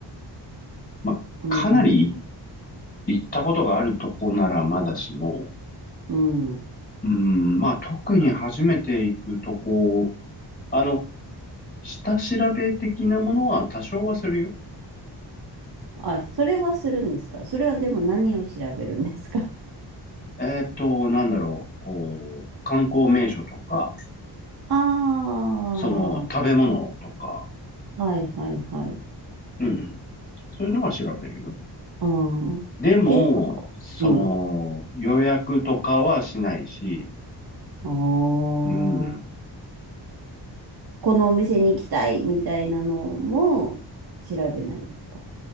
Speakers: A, on the left; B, on the right.
A: まあ、
B: うん、
A: かなり行ったことがあるとこならまだしも、
B: うん。
A: うん、まあ、特に初めて行くとこあの、下調べ的なものは多少はするよ。
B: あ、それはするんですかそれはでも何を調べるんですか
A: えっと、なんだろう、こう、観光名所とか、
B: あ <laughs>
A: その、食べ物とか、
B: あー、はいはいはい。
A: うん、そういうのは調べるよ。
B: ああ、
A: でも、
B: けど、
A: その、
B: うん。
A: 予約とかはしないし、
B: ああ。
A: うん、
B: このお店に行きたいみたいなのも調べないんですか